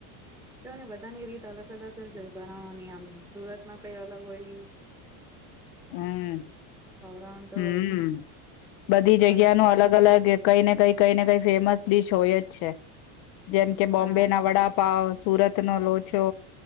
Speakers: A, in the centre; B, on the left.
A: કયો ને બધાની રીત અલગ અલગ જ હોય પણ આ અહીંયા આમ સુરત માં કઈ અલગ હોય.
B: હમ્મ,
A: ખવડાવનું તો
B: હમ્મ, બધી
A: ખબર
B: જગ્યા
A: જ
B: ના અલગ અલગ કઈ ને કઈ કઈ ને કઈ ફેમસ ડીશ હોય જ અચ્છા.
A: હમ
B: જેમ કે
A: પણ
B: બોમ્બે
A: આ
B: ના વડાપ સુરતનોો લો છ